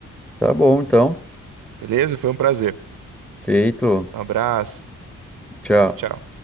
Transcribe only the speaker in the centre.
Tá bom, então.
Feito.
Tchau.